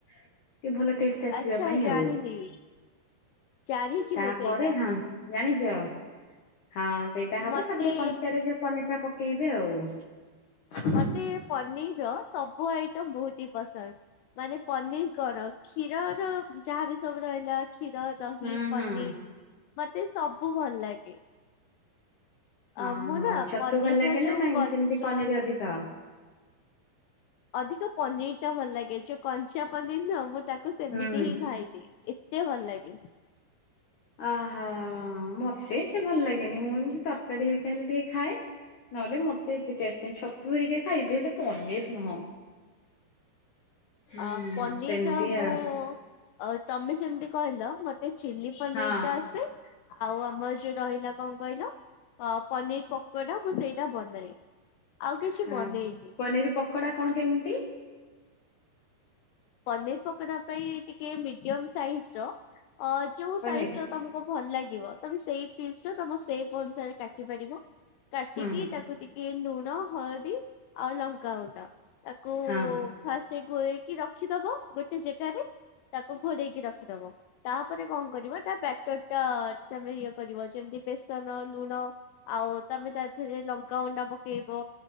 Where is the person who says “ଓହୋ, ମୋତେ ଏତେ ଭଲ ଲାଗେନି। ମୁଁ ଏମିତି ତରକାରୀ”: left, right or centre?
Left